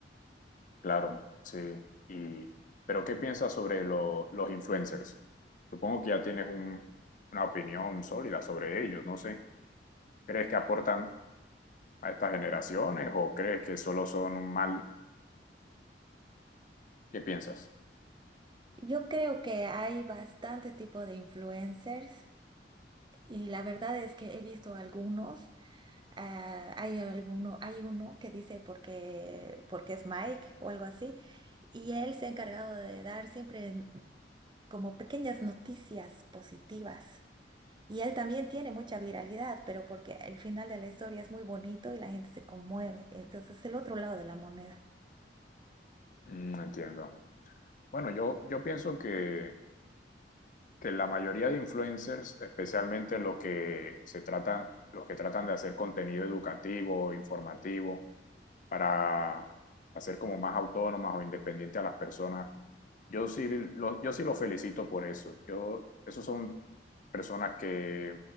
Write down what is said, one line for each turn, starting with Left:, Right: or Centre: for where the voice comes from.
Left: Claro, sí. Y, pero ¿qué piensas sobre lo- los influencers? Supongo que ya tienes un- una opinión sólida sobre ellos. No sé. ¿Crees que aportan a estas generaciones o crees que solo son un mal? ¿Qué piensas?
Right: Yo creo que hay bastante tipo de influencers y la verdad es que he visto algunos. ah, hay alguno, hay uno que dice porque, porque es Mike o algo así, y él se ha encargado de dar siempre como pequeñas noticias positivas Y él también tiene mucha viralidad, pero porque el final de la historia es muy bonito y la gente se conmueve. Entonces es el otro lado de la moneda.
Left: Mm, entiendo. Bueno, yo, yo pienso que que la mayoría de influencers, especialmente los que se tratan, los que tratan de hacer contenido educativo, informativo, para hacer como más autónomas o independientes a las personas, yo sí los yo sí los felicito por eso. Yo, esos son personas que,